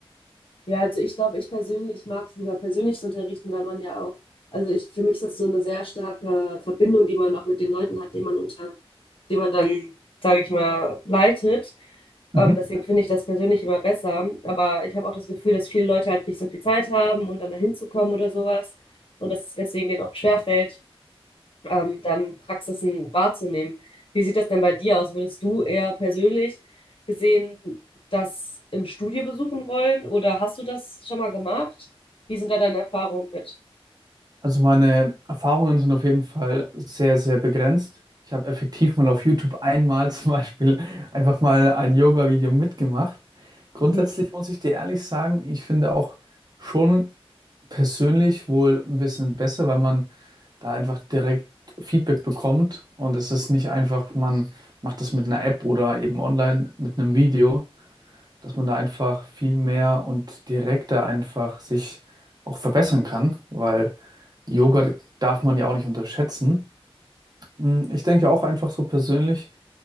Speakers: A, on the left; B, on the right.
A: Ja, also ich glaube, ich persönlich mag es lieber persönlich zu unterrichten, weil man ja auch, also ich, für mich ist das so eine sehr starke Verbindung, die man auch mit den Leuten hat, die man unter, die man dann, sage ich mal, leitet. Ähm,
B: Mhm.
A: deswegen finde ich das persönlich immer besser. Aber ich habe auch das Gefühl, dass viele Leute halt nicht so viel Zeit haben und dann dahin zu kommen oder sowas. Und dass es deswegen denen oft schwerfällt, ähm, dann Praxisen wahrzunehmen. Wie sieht das denn bei dir aus? Würdest du eher persönlich gesehen das im Studio besuchen wollen oder hast du das schon mal gemacht? Wie sind da deine Erfahrungen mit?
B: Also meine Erfahrungen sind auf jeden Fall sehr, sehr begrenzt. Ich habe effektiv mal auf YouTube einmal <laughs> zum Beispiel einfach mal ein Yoga-Video mitgemacht. Grundsätzlich
A: Mhm.
B: muss ich dir ehrlich sagen, ich finde auch schon persönlich wohl ein bisschen besser, weil man da einfach direkt Feedback bekommt und es ist nicht einfach, man macht das mit einer App oder eben online mit einem Video dass man da einfach viel mehr und direkter einfach sich auch verbessern kann, weil Yoga darf man ja auch nicht unterschätzen. Mm, Ich denke auch einfach so persönlich,